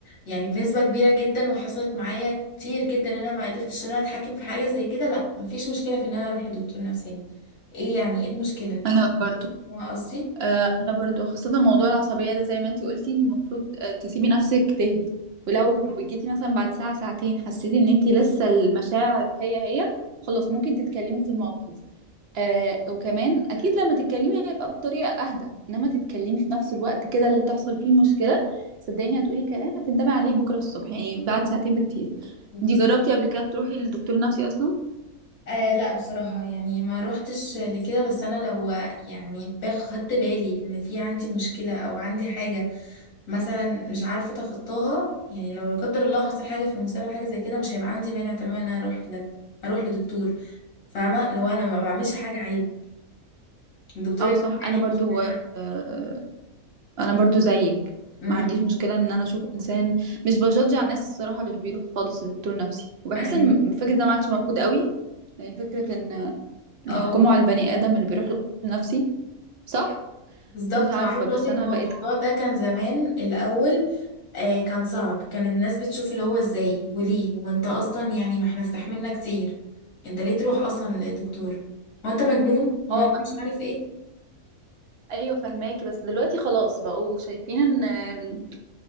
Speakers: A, on the left; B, on the right.
A: يعني بنسبه كبيره جدا وحصلت معايا كتير جدا ان انا ما قدرتش ان انا اتحكم في حاجه زي كده لا مفيش مشكله في ان انا اروح لدكتور نفساني ايه يعني ايه المشكله
B: انا برضو
A: فاهمة قصدي
B: آه، انا برضو خاصه موضوع العصبيه ده زي ما انتي قلتي انت المفروض آه، تسيبي نفسك تهدي ولو
A: صح
B: جيتي مثلا بعد ساعه ساعتين حسيتي ان انتي لسه المشاعر هي هي خلاص ممكن تتكلمي في الموقف آه وكمان اكيد لما تتكلمي هيبقى بطريقه اهدى انما تتكلمي في نفس الوقت كده اللي تحصل فيه مشكله صدقيني هتقولي كلام هتندمي عليه بكره الصبح يعني بعد ساعتين بكتير انتي
A: صح
B: جربتي قبل كده تروحي للدكتور النفسي اصلا
A: آه لا بصراحة يعني ما روحتش لكده بس أنا لو يعني باخ- خدت بالي إن في عندي مشكلة أو عندي حاجة مثلا مش عارفة أتخطاها يعني لو لا قدر الله حصل حاجة في المستقبل حاجة زي كده مش هيبقى عندي مانع تماما إن أنا أروح لده أروح لدكتور فاهمة لو أنا ما بعملش حاجة عيب الدكتور
B: اه
A: يقول
B: صح انا
A: لي
B: برضو
A: مش حاجة-
B: آه، انا برضو زيك
A: أمم،
B: ما عنديش مشكله ان انا اشوف انسان مش بجدج على الناس الصراحه اللي بيروحوا خالص لدكتور نفسي وبحس
A: أيوه
B: ان الفكره ده ما عادش موجود قوي يعني فكره ان يحكموا
A: أو
B: على البني ادم اللي بيروح لدكتور نفسي صح
A: بالظبط
B: مش عارفه
A: وعايزة
B: بس
A: أقولك
B: انا
A: هو
B: بقيت
A: الموضوع ده كان زمان الأول آه كان صعب كان الناس بتشوف اللي هو ازاي وليه هو انت اصلا يعني ما احنا استحملنا كتير انت ليه تروح اصلا لدكتور هو انت مجنون هو
B: اه
A: انت مش عارف ايه
B: ايوه فهماكي بس دلوقتي خلاص بقوا شايفين ان آه،